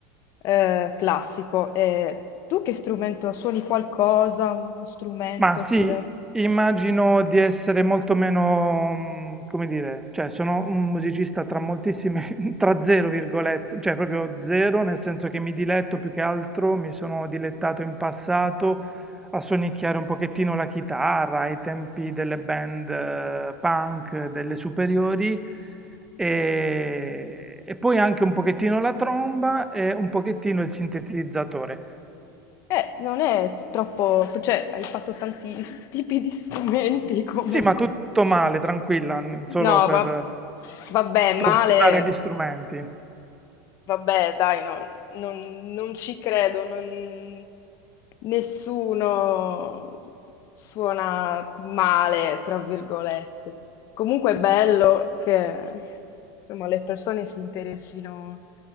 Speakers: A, on the left (about 35°); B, in the centre.
A: eh, classico. E tu che strumento suoni qualcosa, uno strumento
B: Ma sì,
A: oppure...
B: immagino di essere molto meno, mm, come dire, cioè sono un musicista tra moltissime, <laughs> tra zero virgolette, cioè proprio zero, nel senso che mi diletto più che altro, mi sono dilettato in passato a sonicchiare un pochettino la chitarra ai tempi delle band eh, punk delle superiori e, e poi anche un pochettino la tromba e un pochettino il sintetizzatore.
A: Eh, non è troppo... cioè, hai fatto tanti <laughs> s- tipi di strumenti comunque.
B: Sì, ma tutto male, tranquilla, n- solo
A: No,
B: per
A: va-
B: eh,
A: vabbè,
B: torturare
A: male.
B: gli strumenti.
A: Vabbè, dai, non, non- non ci credo, non- nessuno s- suona male, tra virgolette. Comunque è bello che, insomma, le persone si interessino